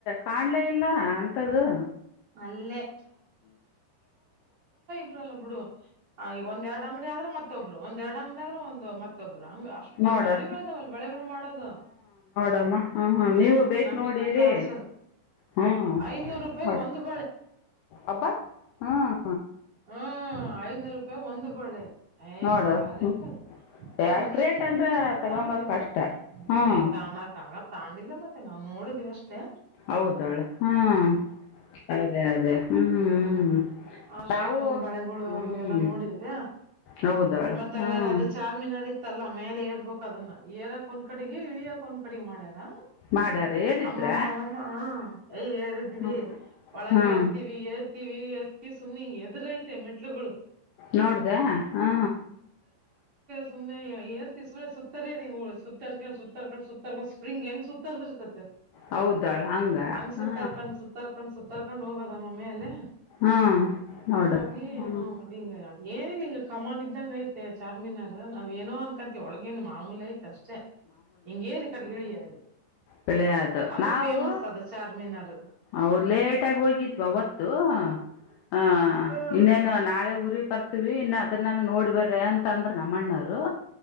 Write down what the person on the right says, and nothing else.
ಅಲ್ಲೇ ಲ್ಲ ಬುಡು ಒಂದ ಎರಡ್ ಅಂಗಡಿ ಆದ್ರೆ ಮತ್ ಮತ್ತೊಬ್ರು ಒಂದ ಎರಡುಂಗಡರು ಒಂದು ಮತ್ ಒಬ್್ರ ಅಂಗ ಅಷ್ಟೊಂದ್
ಅಂಗಡಿಗಳು ಇದಾವಲ್ಲ ಬೆಳೆಗಳು ಮಾಡೋದು
ಹ್ಮ್
ನಮಗಂತ
ಆಸೆ
ಐನೂರು ರೂಪಾಯಿ ಒಂದು
ಹ್ಮ ಐದನೂರು ರೂಪಾಯಿ ಒಂದು ಬಳೆ ಏ
ಬಾಳ ರೇಟ್
ಅದು ಅವ್ರ
ಒಂದಿಷ್ಟೇ
ಮಿಂಚ ಅಂದ
ತೊಂಡು
ಏ ತಾಣಕ್ ಆಗಲ್ಲ ತಂಡಿಲ್ಲ ಮತ್ತೆ ನಾವವು ನೋಡಿದಿವವಿ ಅಷ್ಟೇ
ಅ ಶಕ
ಒಂದ್ ಬಳೆಗಳು
ಅ ಎಲ್ಲ ನೋಡಿದ್ಯಾ
ಮತ್ತೆ
ಹಂಗಾರ ಅದು ಚಾರ್ಮಿನಾರ ತ್ತಲ್ಲ ಮೇಲೆ ಏರ್ಬೇಕು ಅದನ್ನ ಏರಕ್ ಒಂದ ಕಡೆಗೆ ಇಳಿಯಕ್ ಒಂದ್ ಕಡೆಗೆ ಮಾಡ್ಯ <inaudible>
ಅಮ್ಮಮ್ಮಮ್ಮ ಯ ಏರಿದ್ವಿ
ಒಳಗ
ಏರ್ತಿವಿ ಏರ್ ಸುಮ್ನೆ ಹಿಂಗ ಎದುರ ಐತೆ ಮೆಟ್ಲುಗಳು
ಸು್ನೆ ಏರ್ತಿ ಸು್ನೆ ಸುತ್ತರದಿಂಗ ಹುಳ ಸುತ್ತರ್ಕೊಂಡ್ ಸುತ್ತರ್ಕೊಂಡು ಸುತ್ತರ್ಕೊಂಡ್ ಸ್ಪ್ರಿಂಗ್ ಹೆಂಗ ಸುತ್ತರ್ದಿರ್ತತೆ
ಹಂಗ್ ಸುತ್ತರ್ಕೊಂಡ್
ಸುತ್ತರ್ಕೊಂಡ್ ಸುತ್ತರ್ಕೊಂಡ್ ಹೋಗೋದ ಮಮ್ಮಿ ಅಲ್ಲಿ
ಹೋಗಿ
ಹ ಮ ಹಿಂಗ ಏನಿಲ್ಲ ಹಿಂಗ ಕಮನ್ ಇದ್ದಂಗ ಐತೆ ಚಾರ್ಮೀನಾರ ನಾವೇಏನೋ ಅನ್ಕಂತತಿ ಒಳಗೇನ್ ಮಾಮೂಲಿ ಆಯ್ತಾ ಎಂಗೇರಿ ಕಡೆಗ ಇಳಿಯ
ಆದ್ರ
ಫೇಮಸ್ ಅದ ಚಾರ್ಮಿನಾರ್
ಹ್ಮ್